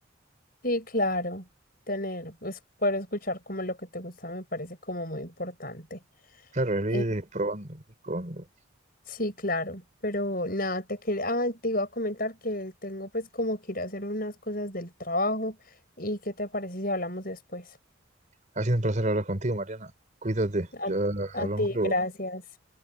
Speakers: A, on the left (about 45°); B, on the right (about 40°).
A: Sí, claro. Tener, pues, poder escuchar como lo que te gusta me parece como muy importante.
B: Claro, el
A: Eh,
B: ir probando, el ir probando.
A: sí, claro, pero nada, te quería, ah, te iba a comentar que tengo pues como que ir a hacer unas cosas del trabajo y qué te parece si hablamos después.
B: Ha sido un placer hablar contigo, Mariana. Cuídate, ya
A: A, a
B: hablamos
A: ti,
B: luego.
A: gracias.